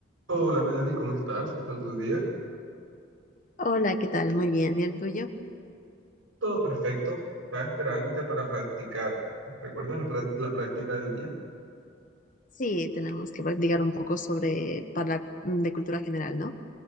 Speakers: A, on the right; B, on the left.
A: Hola Melanie, ¿cómo estás? ¿Qué tal tu día?
B: Hola, ¿qué tal? Muy bien. ¿Y el tuyo?
A: Todo perfecto. Estaba esperándote para practicar. ¿Recuerdas la, pla- la práctica del día?
B: Sí, tenemos que practicar un poco sobre para de cultura general, ¿no?